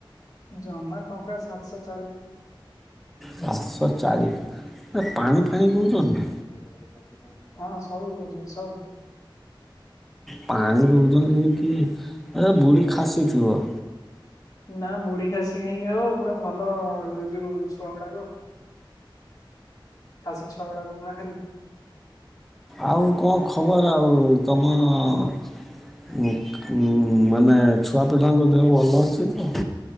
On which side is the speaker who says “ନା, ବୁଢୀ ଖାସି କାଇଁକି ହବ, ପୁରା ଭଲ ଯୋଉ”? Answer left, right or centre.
Left